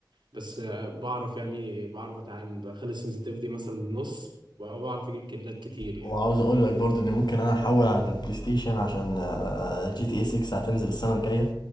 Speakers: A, on the right (about 75°); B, on the left (about 65°).
A: بس آه، بعرف يعني بعرف اتعامل بخلي السنسitivities مثلا نص وبعرف اجيب كيلات كتير يعني
B: وعاوز اقول لك برضو ان ممكن انا احول على البلاي ستيشن عشان آه، جي تي اي 6 هتنزل السنه الجايه